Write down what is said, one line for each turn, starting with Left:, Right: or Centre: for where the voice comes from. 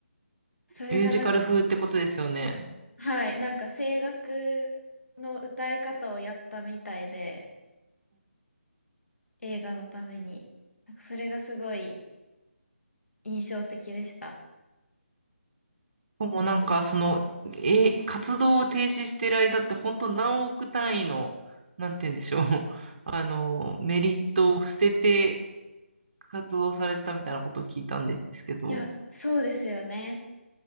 Left: それがなんか、
Right: ミュージカル風ってことですよね。
Left: はい、なんか声楽の歌い方をやったみたいで、映画のために、なんかそれがすごい印象的でした。
Right: もうなんか、その、え、活動を停止してる間って、本当何億単位の、なんて言うんでしょう、<laughs> あの、メリットを捨てて活動されたみたいなことを聞いたんですけど、
Left: いや、そうですよね。